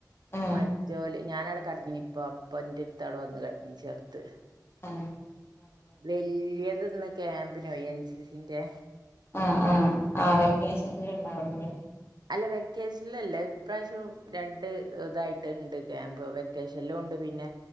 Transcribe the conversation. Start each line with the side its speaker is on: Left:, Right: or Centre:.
Left: ആഹ്
Right: മറ്റോലെയ് ഞാൻ ആടെ കട്ന്നിനി ഇപ്പ അപ്പ ന്റെ അട്‌ത്ത് ആടെ വന്ന് കട്ന്നിനി ചെർത്
Left: ആ
Right: വല്യതൊന്ന് കേ പിന്നെ എൻ സി സി ന്റെ
Left: അ അ ആ വെക്കേഷൻല് ഇണ്ടാവുലെ
Right: അല്ല വെക്കേഷൻല് അല്ല അഹ് ഇപ്രാവശ്യം രണ്ട് ഇതായിട്ട് ഇണ്ട് ക്യാമ്പ് വെക്കേഷൻലുണ്ട് പിന്നെ